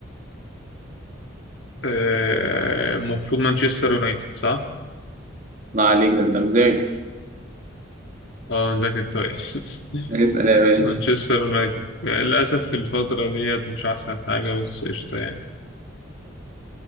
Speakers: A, on the left; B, on the right.
A: آه، المفروض مانشستر يونايتد صح؟
B: لا عليك ده أنت مذاكر
A: اه ذاكر كويس
B: اسأل يا
A: <laughs>
B: باشا
A: مانشستر يونايتد للأسف في الفترة ديت مش أحسن حاجة بس قشطة يعني